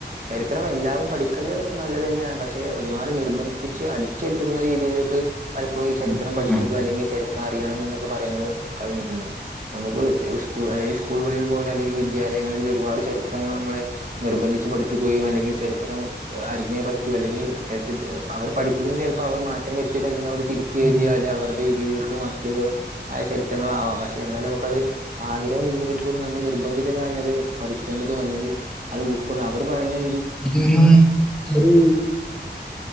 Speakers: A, on the right; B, in the centre.
A: ചരിത്രം എല്ലാവും പഠിക്കല് നല്ലത്തന്നെയാണ് പക്ഷെ ഒരുപാട് നിർബന് ന്ധിച്ച് അടിച്ചേൽപ്പിക്കുന്ന രീതിയിലേക്ക് പലപ്പോഴും ഈ ചരിത്രം
B: ഉം
A: പഠിപ്പിക്കുക അല്ലെങ്കി ചരി അറിയണം എന്നൊക്കെ പറയുന്നത് കഴിഞ്ഞിട്ടുണ്ട് നമുക്ക് സ്കൂ ഈ സ്കൂളുകളിൽ പോയാല് വിദ്യാലയങ്ങളിൽ ഒരുപാട് ചരിത്രങ്ങൾ നമ്മളെ നിർബന്ധിച്ച് പഠിപ്പിക്കുകയും അല്ലെങ്കി ചരിത്രം അരിഞ്ഞേ പറ്റു അല്ലെങ്കി ചരിത്രത്തി അവ പഠിപ്പിക്കൾ ചിലപ്പോ അവർ മാറ്റം വരുത്തിയത് അല്ലെങ്കിൽ അവർ തിരുത്തി എഴുതിയ
B: ഉം
A: അല്ല അവരുടെ രീതിയിലേക്ക് മാറ്റ് റ്റിയതോ ആയ ചരിത്രങ്ങള് ആവാം പക്ഷെ എന്നാലും നമുക്കത് ആഗ്രഹം ഇല്ലെങ്കിൽ പോലും നമ്മൾ നിർബന്ധിതരായി അത് പഠിക്കേണ്ടതും അല്ലെങ്കിൽ അത് ഉൾക്കൊള്ള അവര് പറയ്ണേ
B: <unintelligible>